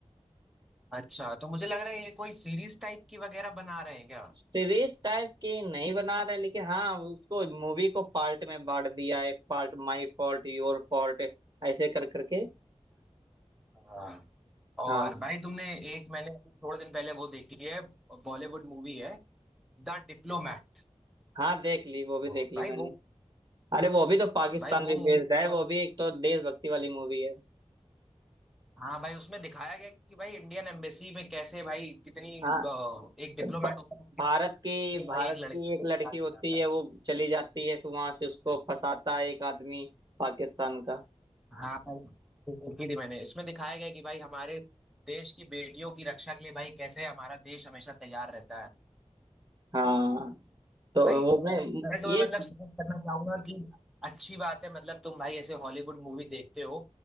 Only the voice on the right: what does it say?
सीरीज टाइप की नहीं बना रहा है लेकिन हाँ उसको मूवी को पार्ट में बांट दिया है part my fault your fault ऐसे कर करके
हाँ
हाँ देख ली वो भी
देख ली
मैंने
अरे वो भी तो पाकिस्तान
पे
बेस्ड है
वो भी एक तो देशभक्ति वाली मूवी है
हाँ
भ-
भारत की
भारत
की
एक
लड़की
होती है वो चली जाती है फिर वहां से उसको
फंसाता है एक आदमी पाकिस्तान का
हाँ तो
वो
मैं
ये